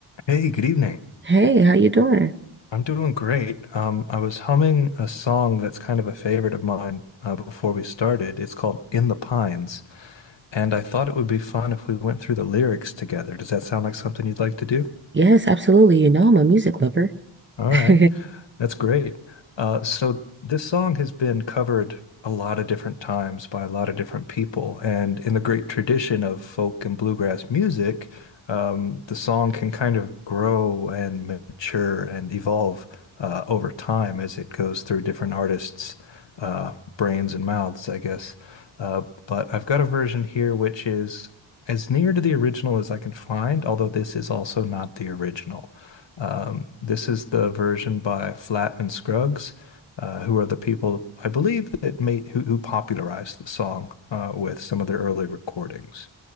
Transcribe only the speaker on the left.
Hey, good evening.
I'm doing great. Um, I was humming a song that's kind of a favorite of mine uh, before we started. It's called In the Pines, and I thought it would be fun if we went through the lyrics together. Does that sound like something you'd like to do?
All
right. That's great. Uh, so this song has been covered a lot of different times by a lot of different people, and in the great tradition of folk and bluegrass music, um, the song can kind of grow and mature and evolve uh, over time as it goes through different artists' uh, brains and mouths, I guess. Uh, but I've got a version here which is as near to the original as I can find, although this is also not the original. Um, this is the version by Flat and Scruggs, uh, who are the people I believe that made who, who popularized the song uh, with some of their early recordings.